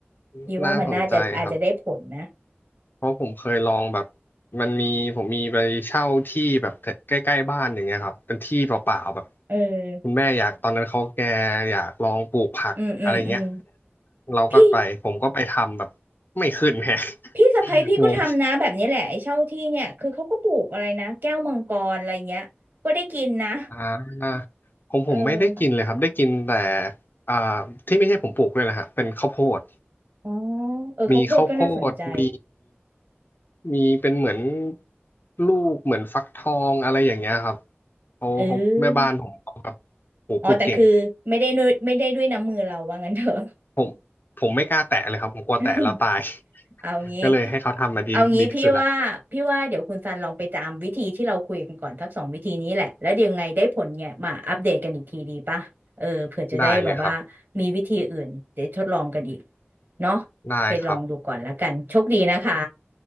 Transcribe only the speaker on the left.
<laughs>
น่าสนใจครับ เพราะผมเคยลองแบบมันมีผมมีไปเช่าที่แบบใกล้ๆบ้านอย่างเงี้ยครับเป็นที่เปล่าๆแบบ
คุณแม่อยากตอนนั้นเขาแกอยากลองปลูกผักอะไรเงี้ย
เราก็ไปผมก็ไปทำแบบ
ไม่ขึ้นแฮะ
<laughs> งงอ่าผมผมไม่ได้กินเลยครับได้กินแต่
อ่าที่ไม่ใช่ผมปลูกเลยนะฮะเป็นข้าวโพด
มีข้าวโพดมีมีเป็นเหมือนลูกเหมือนฟักทองอะไรอย่างเงี้ยครับ เขาเขาแม่บ้านผมเขาแบบ
โหปลูกเก่ง
ผมผมไม่กล้าแตะเลยครับผมกลัวแตะแล้วตาย
<laughs>
ก็เลยให้เขาทำมาดีดีที่สุดแหละ
ได้เลยครับ
ได้ครับ